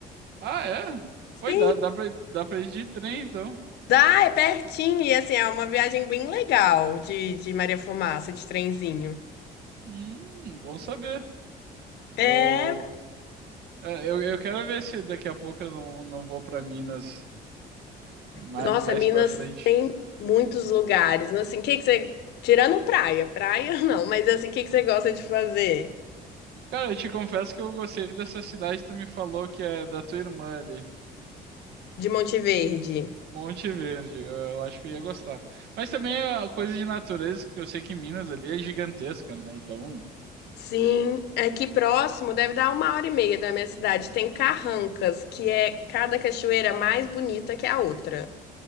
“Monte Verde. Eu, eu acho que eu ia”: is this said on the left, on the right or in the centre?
Right